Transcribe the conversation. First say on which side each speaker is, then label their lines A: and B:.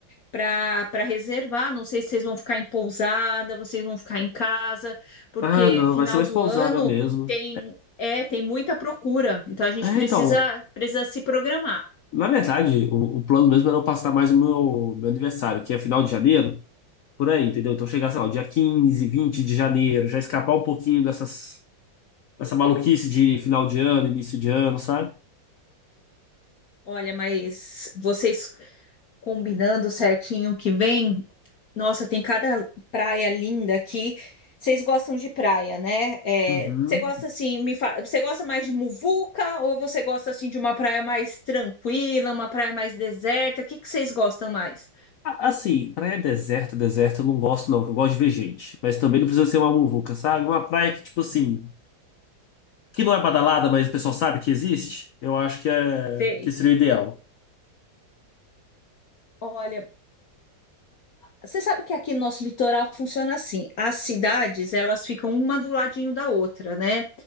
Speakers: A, on the left; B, on the left.
A: para para reservar. Não sei se vocês vão ficar em pousada, vocês vão ficar em casa, porque
B: Ah, não,
A: final
B: vai ser mais
A: do
B: pousada
A: ano
B: mesmo.
A: tem é, tem muita procura. Então a gente
B: É,
A: precisa
B: então.
A: precisa se programar.
B: Na verdade, o, o plano mesmo era eu passar mais o meu, meu aniversário, que é final de janeiro, por aí, entendeu? Então chegar, sei lá, o dia 15, 20 de janeiro, já escapar um pouquinho dessas, dessa maluquice de final de ano, início de ano, sabe?
A: Olha, mas vocês combinando certinho que vem, Nossa, tem cada praia linda aqui. Vocês gostam de praia, né? É,
B: Uhum.
A: você gosta assim, me fa... você gosta mais de muvuca ou você gosta assim de uma praia mais tranquila, uma praia mais deserta? O que que vocês gostam mais?
B: A- Assim, praia deserta, deserta, eu não gosto não, que eu gosto de ver gente. Mas também não precisa ser uma muvuca, sabe? Uma praia que, tipo assim, que não é badalada, mas o pessoal sabe que existe, eu acho que, é,
A: Sei.
B: que seria o ideal.
A: Olha, você sabe que aqui no nosso litoral funciona assim. As cidades, elas ficam uma do ladinho da outra, né?